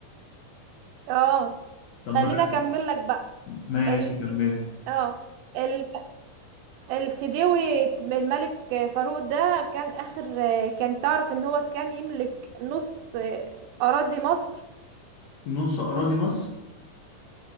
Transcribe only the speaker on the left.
طب
ما تحكي
ماشي
كمل
نص اراضي مصر